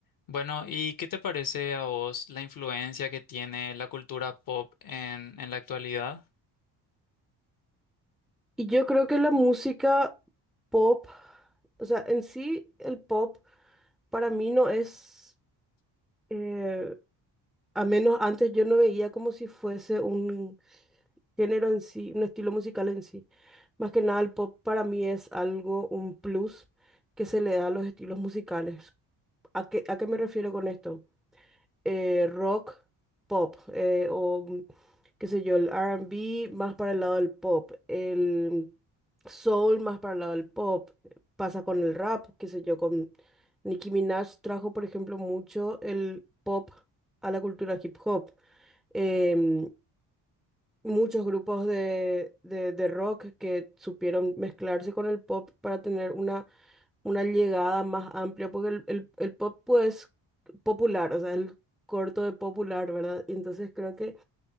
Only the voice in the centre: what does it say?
Y yo creo que la música pop, o sea, en sí el pop para mí no es, eh, a menos antes yo no veía como si fuese un género en sí, un estilo musical en sí. Más que nada el pop para mí es algo, un plus que se le da a los estilos musicales. ¿A qué, a qué me refiero con esto? eh, rock, pop, eh, o mm, qué sé yo, el R&B más para el lado del pop, el soul más para el lado del pop, pasa con el rap, qué sé yo, con Nicki Minaj trajo, por ejemplo, mucho el pop a la cultura hip hop. Em, muchos grupos de, de, de rock que supieron mezclarse con el pop para tener una, una llegada más amplia, porque el, el, el pop pues popular, o sea, el corto de popular, ¿verdad? Y entonces creo que